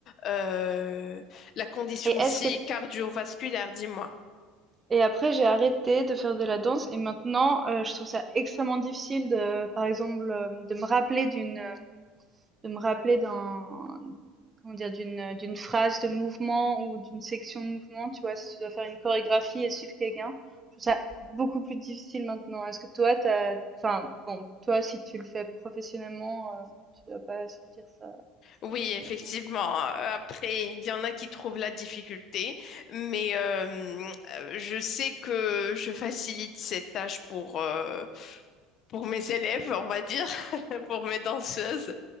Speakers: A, on the left; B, on the right.
A: euh, la condition
B: Et
A: aussi
B: est-ce que
A: cardiovasculaire, dis-moi.
B: et après j'ai arrêté de faire de la danse et maintenant euh, je trouve ça extrêmement difficile de, par exemple, euh, de me rappeler d'une euh, de me rappeler d'un, comment dire, d'une, d'une phrase de mouvement ou d'une section de mouvement. Tu vois, si tu dois faire une chorégraphie et suivre quelqu'un, je trouve ça beaucoup plus difficile maintenant. Est-ce que toi, t'as, enfin, bon, toi, si tu le fais professionnellement, euh, tu dois pas sentir ça,
A: Oui,
B: ces problèmes-là.
A: effectivement. euh, Après, il y en a qui trouvent la difficulté, mais euh, euh, je sais que je facilite cette tâche pour euh, pour mes élèves, on va dire, <laughs> pour mes danseuses.